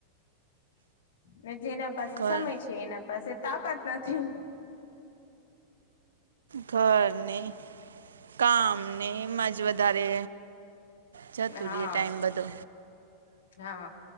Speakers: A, on the left; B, on the right.
A: ને જેના પાસે
B: ઘર
A: સમય છે એના પાસે તાકાત નથી.
B: ઘરને કામને એમાં જ વધારે જતુ
A: હા
B: રિયે ટાઈમ બધો
A: હા